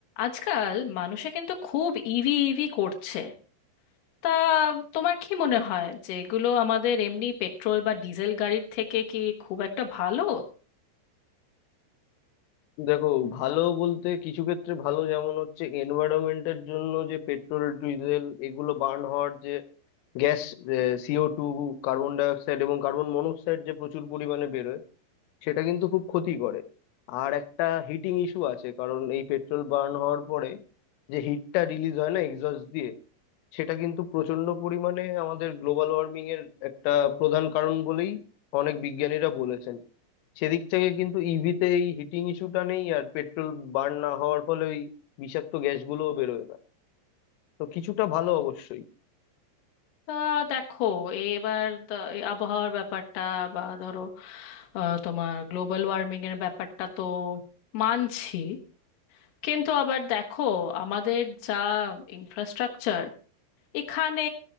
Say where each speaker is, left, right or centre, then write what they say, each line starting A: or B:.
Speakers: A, on the left (about 65°); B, on the left (about 90°).
A: আজকাল মানুষে কিন্তু খুব ইভি ইভি করছে তা তোমার কি মনে হয় যে এগুলো আমাদের এমনি পেট্রোল বা ডিজেল গাড়ির থেকে কি খুব একটা ভালো
B: দেখো ভালো বলতে কিছু ক্ষেত্রে ভালো যেমন হচ্ছে এনভায়রনমেন্টের জন্য যে পেট্রোল ডিজেল এগুলো বার্ন হওয়ার যে গ্যাস সিও টু কার্বন ডাইঅক্সাইড এবং কার্বন মনোক্সাইড যে প্রচুর পরিমাণে বেরোয় সেটা কিন্তু খুব ক্ষতি করে আর একটা হিটিং ইস্যু আছে কারণ এই পেট্রোল বার্ন হওয়ার পরে যে হিটটা রিলিজ হয় না এক্সস্ট দিয়ে সেটা কিন্তু প্রচন্ড পরিমাণে আমাদের গ্লোবাল ওয়ার্মিং এর একটা প্রধান কারণ বলেই অনেক বিজ্ঞানীরা বলেছেন সেদিক থেকে কিন্তু ইভিতে এই হিটিং ইস্যুটা নেই আর পেট্রোল বার্ন না হওয়ার ফলে ওই বিষাক্ত গ্যাসগুলোও বেরোয় না তো কিছুটা ভালো অবশ্যই
A: তা দেখো এবার দ- এই আবহাওয়ার ব্যাপারটা বা ধরো আহ, তোমার গ্লোবাল ওয়ার্মিং এর ব্যাপারটা তো মানছি কিন্তু আবার দেখো আমাদের যা ইনফ্রাস্ট্রাকচার এখানে